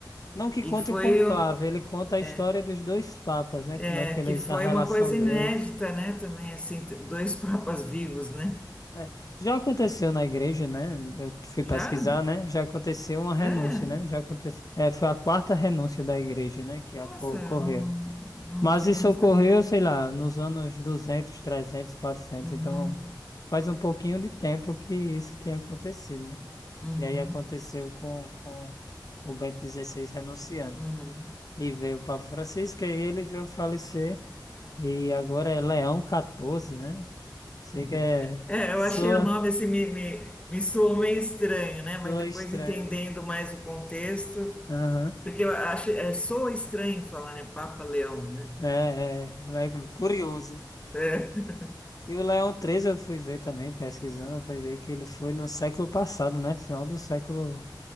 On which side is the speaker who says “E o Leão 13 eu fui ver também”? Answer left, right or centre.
Left